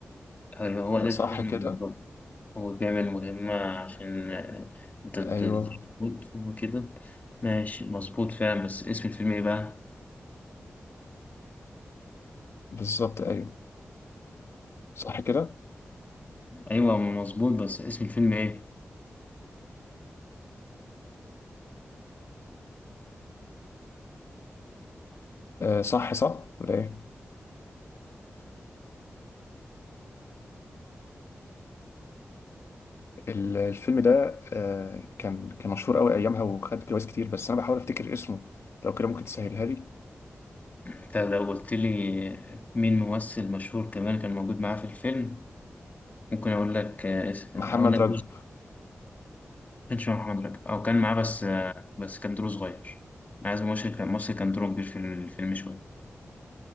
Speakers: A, on the left; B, on the left.
A: هو هو
B: آه
A: ده
B: صح
A: الفيلم
B: كده
A: بالظبط هو بيعمل مهمة عشان آه، ضد
B: ايوه
A: اليهود وكده ماشي مظبوط فعلا بس اسم الفيلم إيه بقى؟
B: بالظبط ايوه صح كده
A: أيوة مظبوط بس اسم الفيلم إيه؟
B: آه صح صح ولا ايه ال- الفيلم ده آه كان كان مشهور قوي ايامها وخد جوائز كتير بس انا بحاول افتكر اسمه لو كده ممكن تسهلها لي
A: أنت لو قلت لي مين ممثل مشهور كمان كان موجود معاه في الفيلم ممكن أقول لك آه، اس-
B: محمد
A: أقول لك
B: رجب
A: كانش مع محمد رجب او كان معاه بس آه، بس كان دور صغير انا عايز مصر كان مصر كان دوره كبير في الفيلم شويه